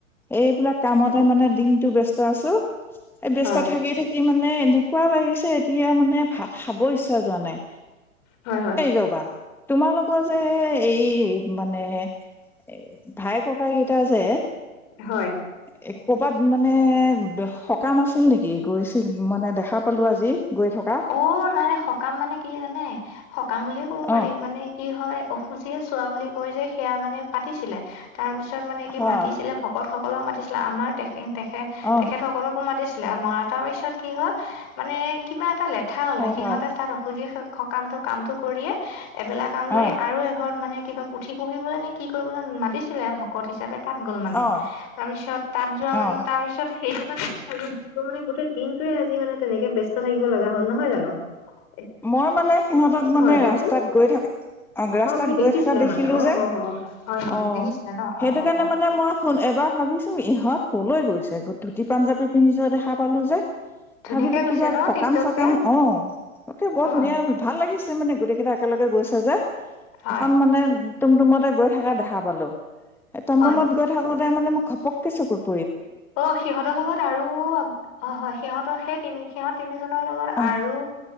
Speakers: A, in the centre; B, on the left.
A: এইবিলাক কামতে মানে দিনতটো ব ব্যস্ত আছো। ব্যস্ত
B: হয়
A: থাকি থাকি মানে এনেকুৱা লাগিছে এতিয়া মানে ভাল <unintelligible> খাব ইচ্ছা যোৱা নাই
B: হয় হয়
A: ৰবা তোমোক <unintelligible> কোৱা যে এই মানে এ ভাইককাই কেইটা যে
B: হয়
A: <unintelligible> ক'বাত মানে সকাম আছিল নেকি গৈছিল মানে দেখা পালো আজি গৈ থকা
B: অ নাই নাই সকাম মানে কি জানে সকাম বুলিয়ে ক'ব পাৰি
A: অ
B: মানে কি হয় অসুজিয় চোৱা বুলি কয় যে সেয়া মানে পাতিছিলে তাৰ পিছত মানে কি
A: হয়
B: মাতিছিলে ভকত <unintelligible> সকলক মাতিছিলা আমাৰ তেখ তেখেত
A: অ
B: তেখেতসকলকো মাতিছিল ছিল মৰা তাৰ পিছত কি হ'ল মানে কিবা এটা লেঠা ওলাই
A: হয়
B: সিহঁতে
A: হয়
B: তাত অঔসুধিয়ে <unintelligible> সকামটো কামটো কৰিয়ে এবেলা কাম কৰি
A: অ
B: আৰু এঘৰত মানে কিবা পুথি পঢ়িবলৈ নে কি কৰিবলৈ মাতিছিলে ভকত হিচাপে <unintelligible> তাত গ'ল মানে
A: অ
B: তাৰপিছত তাত যোৱা মানে
A: অ
B: তাৰপিছত সেইটো কাৰণে <unintelligible> আজি দিনটো মানে গোটেই দিনটোয়ে আজি মানে তেনেকে ব্যস্ত থাকিব লগা হল নহয় জানো <unintelligible>
A: মই মানে সিহঁতক মানে
B: হয় কওকচোন
A: ৰাস্তাত গৈ থাকো অ ৰাস্তাত
B: আপুনি দেখিছিলে
A: গৈ থকা দেখিলো
B: মানে অ
A: যে
B: হ হ হয় হয়
A: অ
B: দেখিছিলে ন অ
A: সেইটো
B: অ
A: কাৰণে
B: অ
A: মানে মই ফোন এবাৰ ভাবিছো ইহঁত ক'লৈ গৈছে ধুতি পাঞ্জাবী পিন্ধিছো দেখা পালো যে <unintelligible>
B: ধুনীয়াকে
A: ভাবিলো
B: গৈছে
A: কিবা
B: ন
A: সকাম
B: টিপ টপকে
A: চকাম অ তে বৰ
B: অ
A: ধুনীয়া ভাল লাগিছে মানে গোটেই কেইটা একেলগে গৈছে যে
B: হয়
A: এখন মানে মডুমতে গৈ থকা দেখা পালো টুমডুমত
B: হয়
A: গৈ থাকোতে মানে মোক ঘপককৈ চকু <unintelligible>
B: অ সিহঁতৰ লগত আৰু অ হয় সিহঁতৰ সেই তিনি সিহত তিনি জনৰ লগত
A: অ',
B: আৰু